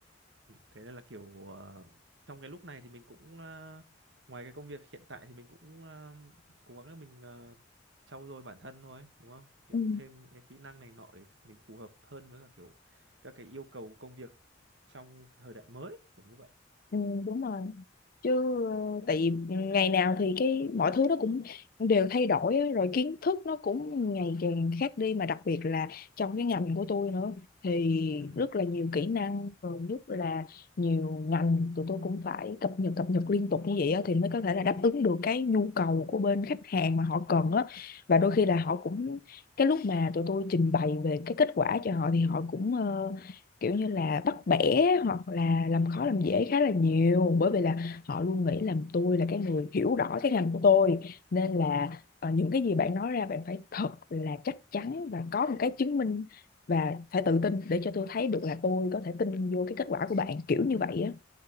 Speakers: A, on the right; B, on the left.
A: Thế nên là kiểu ờ, trong cái lúc này thì mình cũng ờ, ngoài cái công việc hiện tại thì mình cũng ờ, cố gắng là mình ờ, trau dồi bản thân thôi, đúng không? Kiểu
B: Ừ.
A: thêm những cái kỹ năng này nọ để mình phù hợp hơn với cả kiểu các cái yêu cầu công việc trong thời đại mới, kiểu như vậy.
B: Ừ, đúng rồi. chứ ờ, tại vì ngày nào thì cái mọi thứ nó cũng đều thay đổi á, rồi kiến thức nó cũng ngày càng khác đi mà đặc biệt là trong cái ngành của tôi nữa thì
A: Ừ.
B: rất là nhiều kỹ năng rồi rất là nhiều ngành tụi tôi cũng phải cập nhật cập nhật liên tục như vậy á, thì mới có thể là đáp ứng được cái nhu cầu của bên khách hàng mà họ cần á và đôi khi
A: Ừ.
B: là họ cũng cái lúc mà tụi tôi trình bày về cái kết quả cho họ thì họ cũng ờ, kiểu như là bắt bẻ hoặc là làm khó làm dễ khá là nhiều bởi vì là họ luôn nghĩ là tôi là cái người hiểu rõ cái ngành của tôi nên là ờ, những cái gì bạn nói ra bạn phải thật là chắc chắn và có một cái chứng minh và phải tự tin để cho tôi thấy được là tôi có thể tin vô cái kết quả của bạn kiểu như vậy á